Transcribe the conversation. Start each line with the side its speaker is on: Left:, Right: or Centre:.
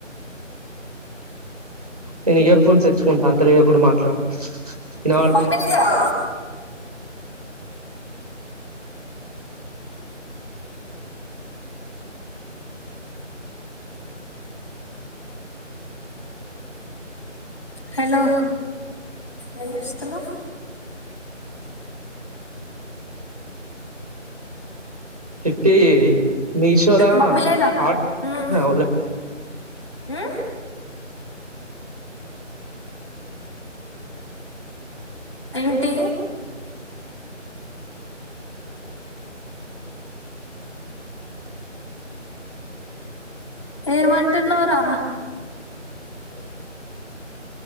Right: నేను ఇయర్ ఫోన్స్ తెచ్చుకుంటాను అంతలో ఏదొ ఒకటి మాట్లాడు వినపడతలేదు
Left: మమ్మీ దగరా హలో ఏం చేస్తున్నావ్
Right: ఫిఫ్టీ మీషోలా
Left: మమ్మీ లేదా
Right: ఆర్డర్ పెట్టుకున్నావా
Left: ఉమ్
Right: లే
Left: ఉమ్ ఏంటి ఏమంటన్నావరా